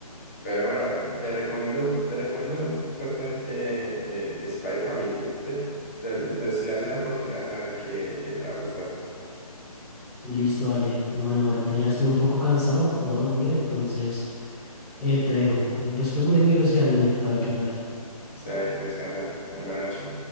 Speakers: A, on the left; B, in the centre.
A: Pero bueno, te recomiendo, te recomiendo fuertemente eh, Spy Family. Te- le, le- se le hace una oportunidad a saber que, que te va a gustar.
B: listo, Ale. Bueno, ahorita ya estoy un poco cansado, me voy a dormir, entonces eh, te dejo. Después me miro ese anime, a ver qué tal.
A: O sea, que descansa. Buenas noches.